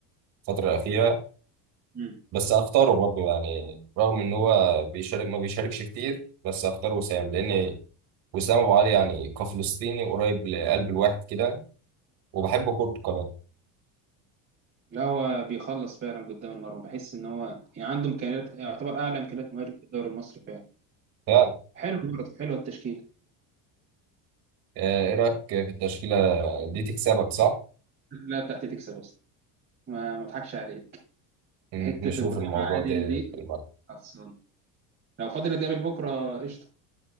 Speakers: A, on the right; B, on the right.
A: الفتره الاخيره
B: مم.
A: بس اختاره برضه يعني رغم ان هو بيشارك ما بيشاركش كتير بس اختار وسام لان وسام ابو علي يعني كفلسطيني قريب لقلب الواحد كده وبحب كورته كمان
B: لا هو بيخلص فعلا قدام المرمى بحس ان هو يعني عنده امكانيات يعتبر اعلى امكانيات مهاجم في الدوري المصري فعلا
A: فعلا
B: حلو برضه حلوه التشكيل
A: آه، ايه رايك في التشكيله دي تكسبك صح
B: لا بتاعتي تكسب اصلا ما ما اضحكش عليك
A: ن-
B: حته
A: نشوف
B: ابراهيم
A: الموضوع
B: عادل
A: ده
B: دي
A: في الملعب
B: خلصان لو فاضل نتقابل بكره قشطه